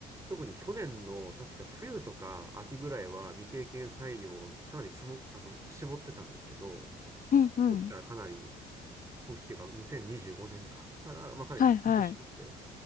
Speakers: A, on the right; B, on the left.
A: 特に去年の確か冬とか秋ぐらいは未経験採用をかなりすぼ、あの、絞ってたんですけど、
B: うんうん。
A: 今期からかなり今期っていうか、2025年か、から、まあ、かなり復活してて、
B: はいはい。